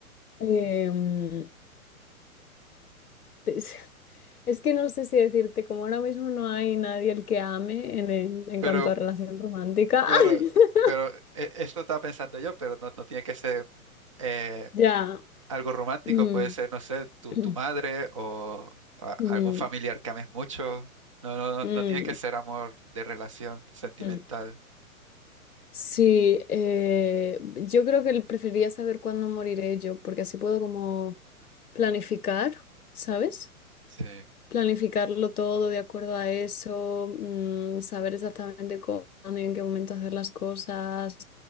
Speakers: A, on the left; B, on the right.
A: Em, es, <laughs> es que no sé si decirte, como ahora mismo no hay nadie el que ame en, en- en
B: Pero,
A: cuanto a relación romántica.
B: claro,
A: <laughs>
B: pero eh, esto estaba pensando yo, pero no, no tiene que ser eh,
A: Ya.
B: algo romántico,
A: Mm,
B: puede ser, no sé, tu,
A: <clears throat>
B: tu madre o a-
A: mm,
B: algún familiar que ames mucho. No, no, no
A: mm,
B: no tiene que ser amor de relación sentimental.
A: mm. Sí, eh, yo creo que preferiría saber cuándo moriré yo, porque así puedo como planificar, ¿sabes?
B: Sí.
A: Planificarlo todo de acuerdo a eso, mm, saber exactamente cuándo y en qué momento hacer las cosas.